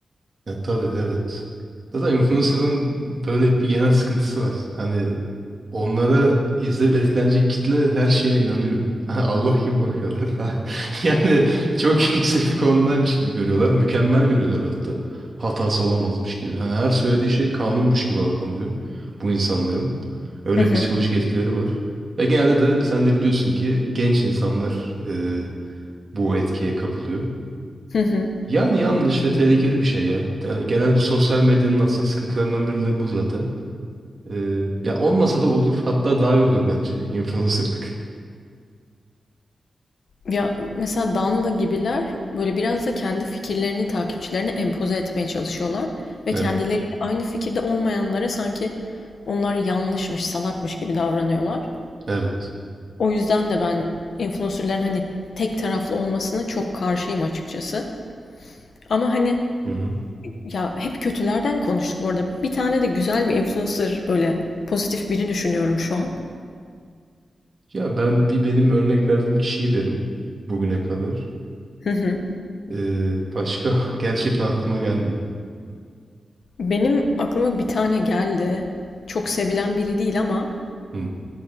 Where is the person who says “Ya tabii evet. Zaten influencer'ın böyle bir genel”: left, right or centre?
Right